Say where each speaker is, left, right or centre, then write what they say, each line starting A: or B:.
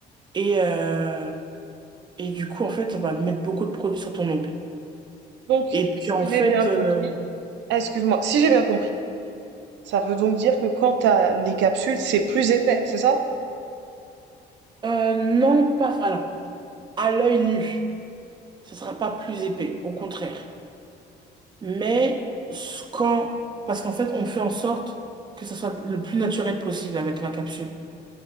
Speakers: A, on the right; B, on the right.
A: Et, euh, et du coup, en fait, on va mettre beaucoup de produits sur ton ongle.
B: Donc,
A: Et puis,
B: si
A: en fait,
B: j'ai bien compris,
A: euh,
B: ah, excuse-moi, si j'ai bien compris, ça veut donc dire que quand t'as les capsules, c'est plus épais, c'est ça?
A: euh, non, pas, alors, à l'œil nu, ce sera pas plus épais, au contraire. Mais ce- quand, parce qu'en fait, on fait en sorte que ça soit le plus naturel possible avec la capsule.